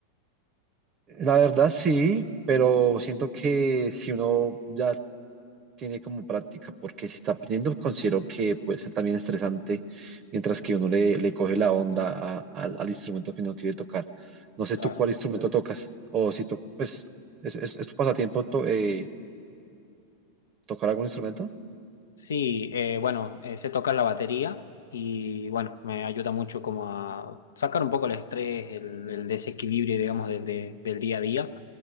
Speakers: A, on the right (about 30°); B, on the left (about 65°).
A: La verdad sí, pero siento que si uno ya tiene como práctica, porque si está aprendiendo, considero que puede ser también estresante, mientras que uno le, le coge la onda a- al al instrumento que uno quiere tocar. No sé
B: Claro.
A: tú cuál instrumento tocas, o si tocas, pues, ¿es, es, es tu pasatiempo to- eh, tocar algún instrumento?
B: Sí, eh, bueno, eh, sé tocar la batería y bueno, me ayuda mucho como a sacar un poco el estrés, el, el desequilibrio, digamos, del, de- del día a día.